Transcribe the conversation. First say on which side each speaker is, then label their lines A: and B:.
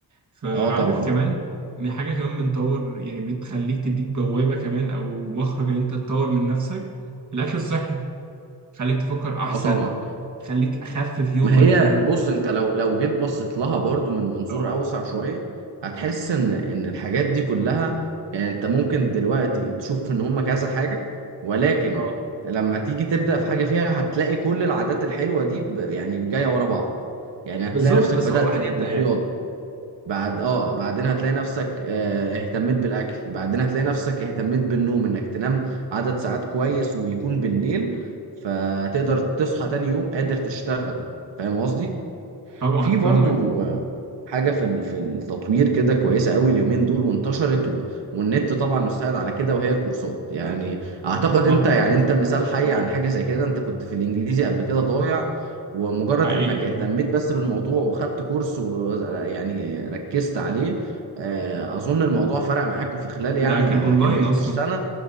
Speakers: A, on the right; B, on the right.
A: فعارف
B: اه طبعا
A: كمان من حاجة كمان بنطور يعني بتخليك تديك بوابة كمان أو مخرج إن أنت تطور من نفسك الأكل الصحي خليك تفكر أحسن
B: اه طبعا
A: خليك أخفف يومك
B: ما هي
A: يعني
B: بص انت لو لو جيت بصيت لها برضو من منظور
A: اه
B: اوسع شويه هتحس ان ان الحاجات دي كلها يعني انت ممكن دلوقتي تشوف ان هم كذا حاجه ولكن
A: اه
B: لما تيجي تبدا في حاجه فيها هتلاقي كل العادات الحلوه دي ب- يعني جايه ورا بعض يعني هتلاقي
A: بالظبط
B: نفسك
A: بس
B: بدات
A: هو الواحد
B: بالرياضه
A: يبدأ يعني
B: بعد اه بعدين هتلاقي نفسك آه، اهتميت بالاكل بعدين هتلاقي نفسك اهتميت بالنوم انك تنام عدد ساعات كويس ويكون بالليل فتقدر تصحى تاني يوم قادر تشتغل فاهم قصدي
A: طبعا
B: في
A: فاهمك
B: برضو حاجة في ال- في التطوير كده كويسة قوي اليومين دول وانتشرت و... والنت طبعا مساعد على كده وهي الكورسات يعني اعتقد
A: طب
B: انت يعني
A: كورسات
B: انت مثال
A: الأونلاين
B: حي عن
A: اه
B: حاجة زي كده انت كنت في الانجليزي قبل كده ضايع ومجرد
A: حقيقي
B: انك اهتميت
A: اه
B: بس بالموضوع وخدت كورس ويعني ركزت عليه آه، اظن الموضوع فرق معاك وفي خلال
A: ده
B: يعني
A: كان
B: ما
A: أونلاين
B: ما كملتش
A: أصلا
B: سنة